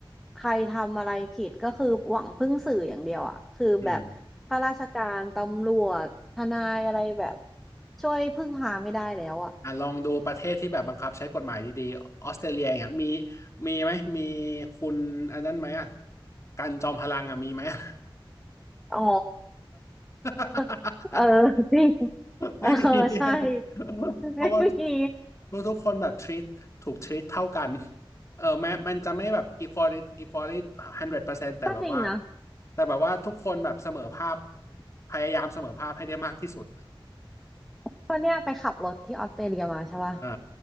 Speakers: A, in the centre; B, on the left (about 35°).
A: ใครทำอะไรผิดก็คือหวังพึ่งสื่ออย่างเดียวอ่ะคือแบบข้าราชการตำรวจทนายอะไรแบบ
B: ๆอืม
A: ช่วยพึ่งพาไม่ได้แล้วอ่ะ
B: อ่ะลองดูประเทศที่แบบบังคับใช้กฎหมายดีๆออสเตรเลียเนี่ยมีมีไหมมีคุณอันนั้นไหมอ่ะการจอมพลังอ่ะมีไหมอ่ะ
A: อ๋อ
B: <laughs>
A: <laughs> เออ <laughs> จริง
B: ไม่มี
A: เออใช่
B: <laughs>
A: <laughs>
B: เพราะว่าทุก
A: ไม่มี
B: ทุกคนแบบ treat ถูก treat เท่ากันเออแม้มันจะไม่แบบ equality equality 100%แต่แบบว่า
A: ก็จริงนะ
B: แต่แบบว่าทุกคนแบบเสมอภาพพยายามเสมอภาพให้ได้มากที่สุด
A: เพราะเนี่ยไปขับรถที่ออสเตรเลียมาใช่ปะ
B: อ่า